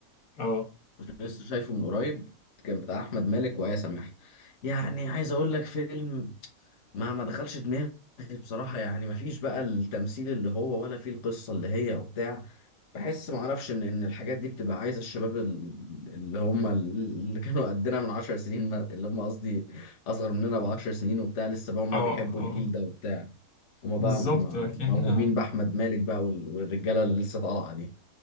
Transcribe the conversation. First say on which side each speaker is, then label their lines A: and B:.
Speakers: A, on the left; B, on the left.
A: اه
B: كنت لسه شايفه من قريب كان بتاع احمد مالك وآية سماحة يعني عايز اقول لك فيلم ما ما دخلش دماغي بصراحة يعني ما فيش بقى التمثيل اللي هو ولا فيه القصة اللي هي وبتاع بحس ما اعرفش ان ان الحاجات دي بتبقى عايزة الشباب ال- اللي هم ال- اللي كانوا قدنا من عشر سنين ما- اللي هم قصدي اصغر مننا بعشر سنين وبتاع لسه بقى هم
A: اه
B: بيحبوا
A: اه
B: الجيل ده وبتاع هما
A: بالظبط
B: بقى م-
A: لكن احنا
B: موهومين بأحمد مالك بقى وال- والرجالة اللي لسه طالعة دي